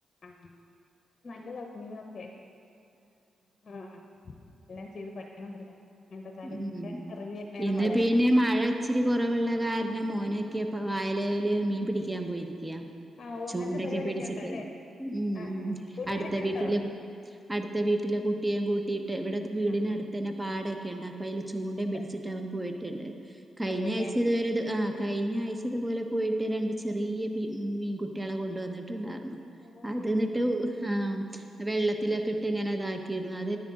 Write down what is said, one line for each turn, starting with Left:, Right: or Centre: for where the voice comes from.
Left: ആഹ നല്ലതകുഞ്ഞുങ്ങക്കെ ആഹ് എല്ലാം ചെയ്ത് പഠിക്കണം പിള്ളേര് അങ്ങനത്തെ കാര്യങ്ങളൊക്കെ
Right: ഉം
Left: അറിഞ്ഞ് വേണം
Right: ഇന്ന്
Left: വളരാൻ
Right: പിന്നെ മഴ ഇച്ചിരി കുറവിള്ള കാരണം മോനൊക്കെ ഇപ്പ വായലല് മീൻ പിടിക്കാൻ പോയിരിക്യാ
Left: ആഹ് ഓ
Right: ചൂണ്ടൊക്കെ
Left: അങ്ങനത്തെ പരിപാടിയൊക്കെ
Right: പിടിച്ചിട്ട്
Left: ഉണ്ടല്ലേ
Right: ഉം
Left: ആഹ്
Right: ഉം
Left: ആഹ് കൂട്ടുകാരൊക്കെ
Right: അടുത്ത വീട്ടില
Left: ഉണ്ടോ
Right: അടുത്ത വീട്ടിലെ കു കുട്ടിയെം കൂട്ടിട്ട് ഇവിടത്തെ വീടിനടുത്ത്
Left: ആഹ്
Right: തന്നെ പടൊക്കെഉണ്ട് അപ്പോ അയിൽ ചൂണ്ടയും
Left: ഉണ്ട്
Right: പിടിച്ചി ട്ടവൻ പോയിട്ടുണ്ട് കഴിഞ്ഞ
Left: അതെല്ലേ
Right: ആഴ്ച ഇതുവരെത് ആഹ് കഴിഞ്ഞഴ്ചതെ പോലെ പോയിട്ട് രണ്ട് ചെറിയ പി മീൻകുട്ടിയാളെ കൊണ്ട് വന്നിട്ടുണ്ടാരുന്നു
Left: ഓ
Right: അതന്നിട്ടു
Left: ആണോ
Right: ഉ ഹം വെള്ളത്തിലൊക്കെ ഇട്ട് ഇങ്ങനെ ഇതാക്കിരുന്നു അത്